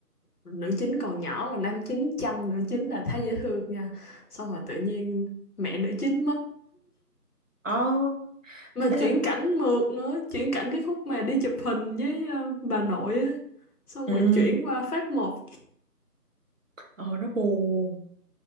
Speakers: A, on the left; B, on the right.
A: nữ chính còn nhỏ mà nam chính chăm nữ chính là thấy dễ thương nha xong rồi tự nhiên mẹ nữ chính mất
B: Ồ,
A: mà
B: ấy
A: chuyển
B: là
A: cảnh mượt nữa chuyển cảnh cái khúc mà đi chụp hình với ờ, bà nội á xong
B: ừ
A: rồi chuyển qua phát một
B: ồ nó buồn